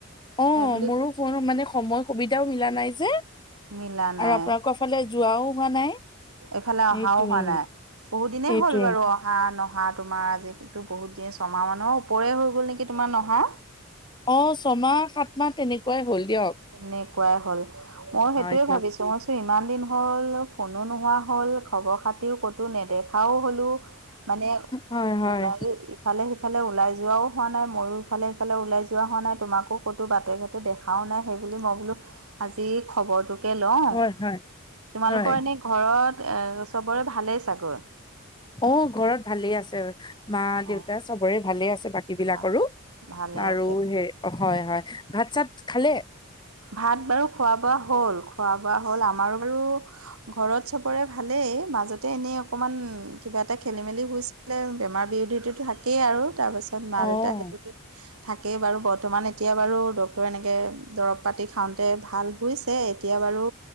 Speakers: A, on the left (about 20°); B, on the right (about 85°).
A: অ
B: সেইবুলি
A: মোৰো কোনো মানে সময় সুবিধাও মিলা নাই যে
B: মিলা নাই।
A: আৰু আপোনালোকৰ ফালে যোৱাও হোৱা নাই।
B: এইফালে
A: সেইটোৱে
B: অহাও হোৱা নাই বহুত দিনেই
A: সেইটোৱে
B: হ'ল বাৰু অহা নহয়। আৰু তোমাৰ আজি বহুত দিন ছমাহ মানৰ ওপৰেই হৈ গ'ল নেকি তোমাৰ নহা
A: অ ছমাহ সাত মাহ তেনেকোৱাই হ'ল। দিয়ক।
B: তেনেকোৱাই হল মই সেইটোয়ে
A: হয় দিয়ক।
B: ভাবিছো মই চ ইমান দিন হ'ল ফোনো নোহোৱা হ'ল খবৰ খাতিও ক'তো নেদেখাও হ'ল মানে
A: হয় হয়
B: ওলাই ইফালে ইফালে ওলাই যোৱাও হোৱা নাই ময়ো ইফালে সিফালে ওলাই যোৱা হোৱা নাই তোমাকো ক'তো বাটে ঘাটে দেখাও নাই। সেইবুলি মই বোলো আজি খবৰটোকে লও
A: হয় হয়
B: তোমালোকৰ
A: হয়
B: এনে ঘৰত এ চবৰে ভালেই চাগৈ?
A: অ ঘৰত ভালে আছে মা দেউতা
B: অঁ
A: চবৰে ভালে আছে। বাকী বিলাকৰো
B: ভা ভালে
A: আৰু
B: আছে
A: সে হয় হয় ভাত চাত খালে?
B: ভাত বাৰু খোৱা বোৱা হ'ল খোৱা বোৱা হ'ল আমাৰো বাৰু ঘৰত চবৰে ভালেই। মাজতে এনেই অকণমান কিবা এটা খেলি মেলি হৈছিলে বেমাৰ বিৰোধীটো থাকেই আৰু তাৰপাছত মা
A: অ'
B: দেউতা সেইটোতত থাকেই বাৰু বৰ্তমান এতিয়া বাৰু ডক্টৰে এনেকে দৰৱ পাতি খাওঁতে ভাল হৈছে এতিয়া বাৰু